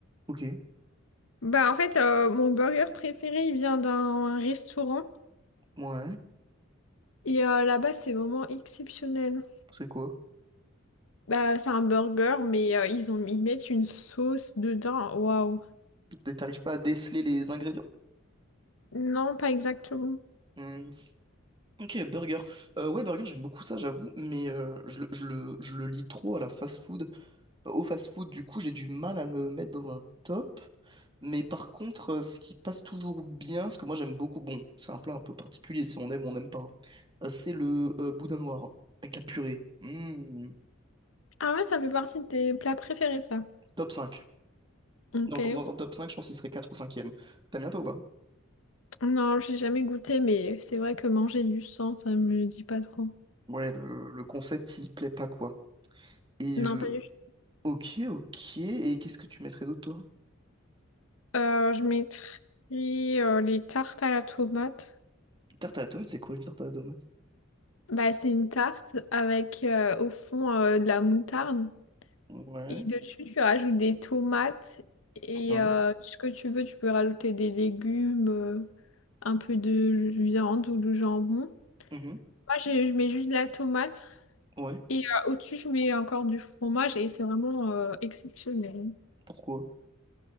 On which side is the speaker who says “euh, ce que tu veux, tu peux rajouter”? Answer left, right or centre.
Left